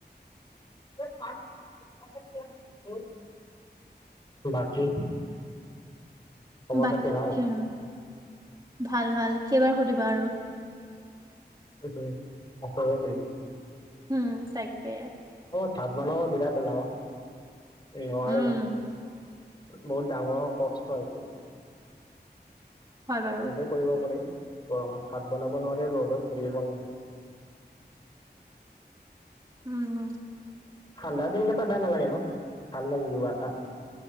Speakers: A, on the left; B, on the right.
A: <unintelligible> বাকী খবৰ
B: বাকী
A: খাতি ভাল
B: কি আৰু ভাল ভাল কেইবাৰ সুধিবা আৰু
A: সেইটোৱেই অকৰা নি
B: উম তাকে
A: ভাত বনাব বিৰাট এলাও নোৱাৰি
B: উম
A: বহুত ডাঙৰ কষ্ট আছো
B: হয় বাৰু
A: চবেই কৰিব পাৰি গৰমত ভাত বনাব নোৱাৰি ৰ'দত পুৰিলং
B: উম হুম
A: ঠাণ্ডা দিনকেইটা বেয়া নালাগে ন ভাল লাগে কিবা এটা